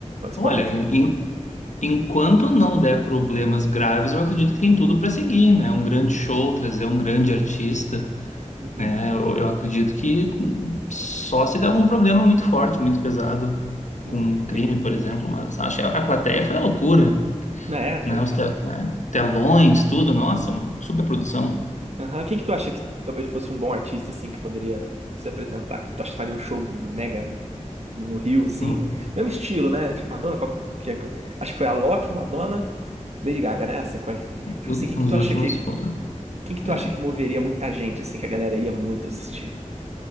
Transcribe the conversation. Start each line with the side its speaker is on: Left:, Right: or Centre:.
Right: Esporádico.
Left: olha, em- enquanto não der problemas graves, eu acredito que tem tudo para seguir, né? Um grande show, trazer um grande artista.
Right: Uhum.
Left: né? Eu, eu acredito que só se der algum problema muito forte, muito pesado,
Right: Uhum.
Left: com um crime,
Right: Que,
Left: por exemplo. Mas acho que a, a plateia foi a loucura,
Right: né, foi-
Left: né? Os te- é, telões, tudo, nossa, uma superprodução.
Right: Aham. Quem que tu acha que talvez fosse um bom artista, assim, que poderia se apresentar? Que tu acha que faria um show mega no Rio, assim?
Left: Hum,
Right: Mesmo estilo, né? Tipo, Madonna, com a- que é- acho que foi a Alok, Madonna, Lady Gaga, né? A sequência.
Left: o-
Right: Tipo assim, quem
Left: Os
Right: que tu
Left: últimos
Right: acha que
Left: foram.
Right: Quem que tu
Left: É,
Right: acha que moveria muita gente, assim, que a galera ia muito assistir?